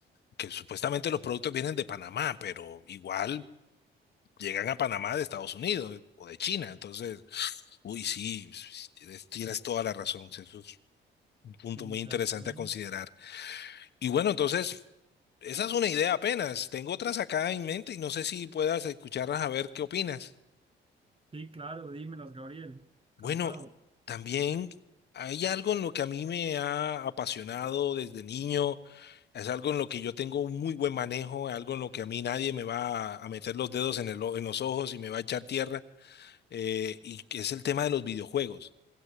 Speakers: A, on the left (about 55°); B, on the right (about 25°).
A: que supuestamente los productos vienen de Panamá, pero igual llegan a Panamá de Estados Unidos o de China, entonces, uy, sí, tienes, tienes toda la razón, eso es un punto
B: Exactamente.
A: muy interesante a considerar. Y bueno, entonces, esa es una idea apenas, tengo otras acá en mente y no sé si puedas escucharlas a ver qué opinas.
B: Sí, claro, dímelas, Gabriel. Encantado.
A: Bueno, también hay algo en lo que a mí me ha apasionado desde niño, es algo en lo que yo tengo un muy buen manejo, algo en lo que a mí nadie me va a a meter los dedos en el, o- en los ojos y me va a echar tierra, eh, y que es el tema de los videojuegos.